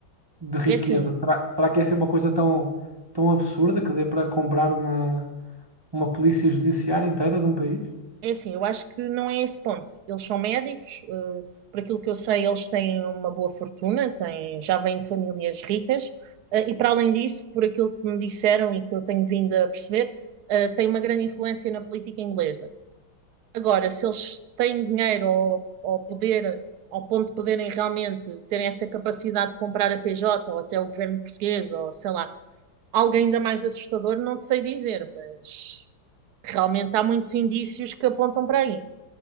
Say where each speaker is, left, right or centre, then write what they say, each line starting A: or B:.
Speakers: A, on the right; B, on the right.
A: de riqueza?
B: É assim,
A: Será, será que é é uma coisa tão, tão absurda que dê para comprar uma, uma polícia judiciária inteira de um país?
B: É assim, eu acho que não é esse ponto. Eles são médicos, eh, por aquilo que eu sei, eles têm uma boa fortuna, têm, já vêm de famílias ricas, eh, e para além disso, por aquilo que me disseram e que eu tenho vindo a perceber, eh, têm uma grande influência na política inglesa. Agora, se eles têm dinheiro ou, ou poder, ao ponto de poderem realmente terem essa capacidade de comprar a PJ ou até o governo português, ou sei lá, algo ainda mais assustador, não te sei dizer, mas realmente há muitos indícios que apontam para aí.